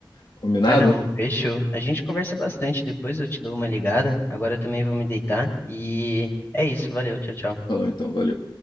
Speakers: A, on the left; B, on the left.
A: Combinado?
B: Ah, não, fechou. A gente conversa bastante depois, eu te dou uma ligada. Agora eu também vou me deitar. E é isso, valeu, tchau, tchau.
A: Falou então, valeu.